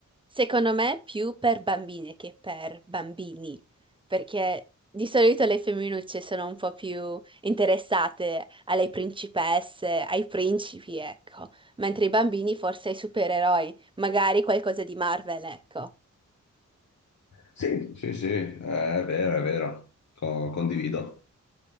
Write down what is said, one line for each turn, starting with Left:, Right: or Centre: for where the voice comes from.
Right: Secondo me più per bambine che per bambini, perché di solito le femminucce sono un po' più interessate alle principesse, ai principi, ecco, mentre i bambini forse ai supereroi, magari qualcosa di Marvel, ecco.
Left: Sì, sì, sì, è vero, è vero, Co- condivido.